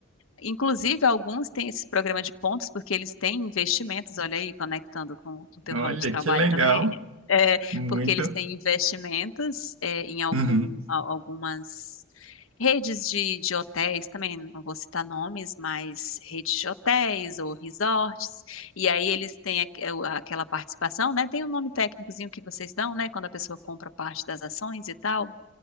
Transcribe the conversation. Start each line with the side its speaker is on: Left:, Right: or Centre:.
Left: Inclusive, alguns têm esse programa de pontos porque eles têm investimentos, olha aí, conectando com o teu
Right: Olha,
Left: ramo de trabalho
Right: que legal.
Left: também, é,
Right: Muito.
Left: porque eles têm investimentos é, em algum,
Right: Uhum.
Left: al- algumas redes de, de hotéis também, não vou citar nomes, mas redes de hotéis ou resorts, e aí eles têm aqu- é, o- aquela participação, né? Tem um nome técnicozinho que vocês dão, né? Quando a pessoa compra parte das ações e tal.